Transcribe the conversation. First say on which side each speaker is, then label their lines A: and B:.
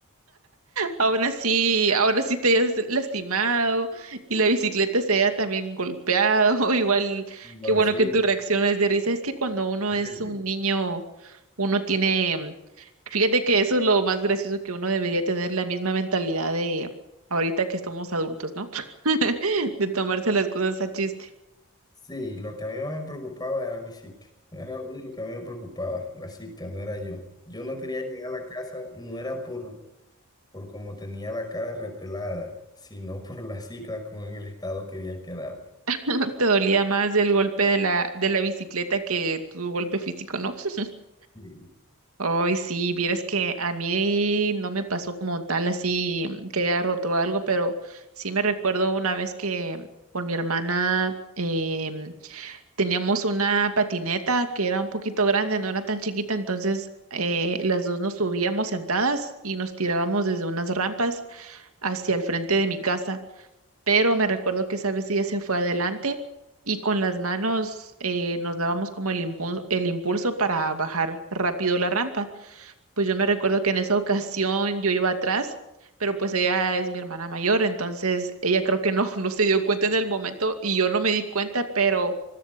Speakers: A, on the right; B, on the left.
A: Aún así, ahora sí te hayas lastimado y la bicicleta se haya también golpeado. <laughs> Igual,
B: Pero
A: qué bueno
B: sí,
A: que tu reacción es de risa. Es que cuando uno
B: eh,
A: es un niño, uno tiene, fíjate que eso es lo más gracioso que uno debería tener, la misma mentalidad de ahorita que somos adultos, ¿no? <laughs> De tomarse las cosas a chiste.
B: sí, lo que a mí más me preocupaba era mi cicla. Era lo único que a mí me preocupaba, la cicla, no era yo. Yo no quería llegar a la casa, no era por, por cómo tenía la cara repelada, sino por la cicla con el estado que había quedado.
A: <laughs> Te dolía más el golpe de la, de la bicicleta que tu golpe físico, ¿no? <laughs>
B: Sí.
A: Hoy sí, vieras que a mí no me pasó como tal así que haya roto algo, pero sí me recuerdo una vez que con mi hermana em, teníamos una patineta que era un poquito grande, no era tan chiquita, entonces eh, las dos nos subíamos sentadas y nos tirábamos desde unas rampas hacia el frente de mi casa, pero me recuerdo que esa vez ella se fue adelante y con las manos eh, nos dábamos como el impulso, el impulso para bajar rápido la rampa pues yo me recuerdo que en esa ocasión yo iba atrás, pero pues ella es mi hermana mayor, entonces ella creo que no, <laughs> no se dio cuenta en el momento y yo no me di cuenta, pero